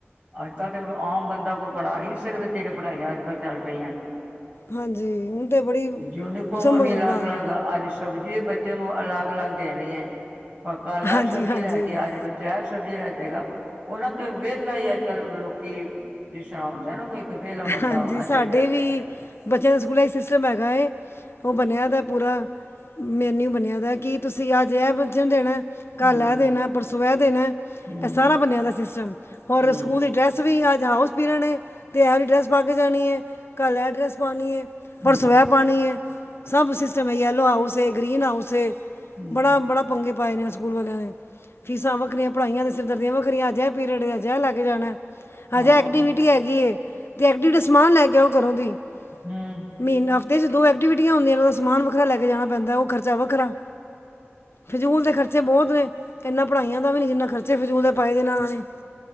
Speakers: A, on the right (about 25°); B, on the left (about 65°).
A: ਅੱਜ ਕੱਲ੍ਹ ਤਾਂ ਆਮ ਬੰਦਾ ਕੋਈ ਪੜ੍ਹਾ ਹੀ ਨਹੀਂ ਸਕਦਾ ਜਿਹੜੇ ਪੜ੍ਹਾਈਆਂ ਅੱਜ ਕੱਲ੍ਹ ਚੱਲ ਪਈਆਂ।
B: ਹਾਂਜੀ ਹੁਣ ਤੇ ਬੜੀ
A: ਯੂਨੀਫੋਰਮ
B: ਸਮਝ
A: ਆ ਵੀ ਅਲੱਗ
B: ਬਾਹਰ
A: ਅਲਗ ਆਜ ਸਬਜੀ ਬੱਚੇ ਨੂੰ ਅਲੱਗ ਅਲੱਗ ਦੇਣੀ ਏ। ਕਾਲ ਏ ਲੈ
B: ਹਾਂਜੀ
A: ਸਬਜ਼ੀ
B: ਹਾਂਜੀ
A: ਲੈ ਕੇ ਆੱਜ ਬੱਚਾ ਏ ਸਬਜ਼ੀ ਸਬਜ਼ੀ ਲੈਜੇਗਾ ਉਹਨਾਂ ਤੇ ਵਿਹਲਾ ਹੀ ਅੱਜ ਕੱਲ ਲੋਕੀ ਜਿਸ ਤਰ੍ਹਾਂ ਹੁੰਦਾ ਨਾ ਕੋਈ ਵਿਹਲਾ ਬੰਦਾ
B: ਹਾਂਜੀ,
A: ਹੋਣਾ
B: ਸਾਡੇ
A: ਚਾਹੀਦਾ
B: ਵੀ ਬੱਚਿਆਂ ਦਾ ਸਕੂਲਾਂ ਹੀ ਸਿਸਟਮ ਹੈਗਾ ਏ ਉਹ ਬਣਿਆ ਦਾ ਪੂਰਾ ਮੈਨਿਊ ਬਣਿਆ ਦਾ ਕੀ ਤੁਸੀਂ ਅੱਜ ਇਹ ਬਚਣ ਦੇਣਾ ਏ ਕਾਲ
A: ਹਮ
B: ਏ ਦੇਣਾ ਏ ਨੇ ਪਰਸੋਂ ਏ ਦੇਣਾ
A: ਹਮ
B: ਇਹ ਸਾਰਾ ਬਨਿਆਦਾ ਸਿਸਟਮ ਹੋਰ
A: ਹੂੰ,
B: ਸਕੂਲ ਦੀ ਡਰੈੱਸਸ ਵੀ ਆ ਹਾਸ ਪਿਰਣੇ ਤਿਆਰ ਡਰੈਸ ਪਾ ਕੇ ਜਾਣੀ ਹੈ ਕੱਲ੍ਹ ਐਡਰੈਸ ਪਾਣੀ ਹੈ
A: ਹੂੰ,
B: ਪਰ ਸਵੈ ਪਾਣੀ ਹੈ ਸਭ ਸਿਸਟਮ ਹੈ ਯੈਲੋ ਹਾਊਸ ਹੈ ਗਰੀਨ ਹਾਊਸ ਹੈ
A: ਹੂੰ,
B: ਬੜਾ ਬੜਾ ਪੰਗੇ ਪਾਏ ਰਹੇ ਸਕੂਲ ਵਾਲਿਆਂ ਨੇ ਫੀਸਾਂ ਵੱਖਰੀਆਂ ਪੜ੍ਹਾਈਆਂ ਸਿਰਦਰਦੀਆਂ ਵੱਖਰੀਆਂ ਅਜਿਹੇ ਪੀਰੀਅਡ ਅਜਿਹੇ ਲੈ ਕੇ ਜਾਣਾ
A: ਹਾਂ,
B: ਹਜਾ ਐਕਟੀਵਿਟੀ ਹੈਗੀ ਏ ਤੇ ਐ ਡਡੇ ਸਮਾਨ ਲੈ ਕੇ ਆਉਂ ਘਰੋਂ ਦੀ ਮਹੀ
A: ਹੂੰ।
B: ਹਫ਼ਤੇ ' ਦੋ ਐਕਟੀਵਿਟੀਆਂ ਹੁੰਦੀਆਂ ਸਮਾਨਦਾ ਖ <unintelligible> ਕੇ ਜਾਣਾ ਪੈਂਦਾ ਉਹ ਖਰਚਾ ਵੱਖਰਾ ਫਜ਼ੂਲ ਦੇ ਖਰਚੇ ਬਹੁਤ ਨੇ ਇਨਾ ਪੜ੍ਹਾਈਆਂ ਦਾ ਵੀ ਨਹੀਂ ਜਿੰਨਾ ਖਰਚੇ ਫਜ਼ੂਲ ਦੇ ਪਾਏ ਦੇ ਨਾਲਨਾਂ ਨੇ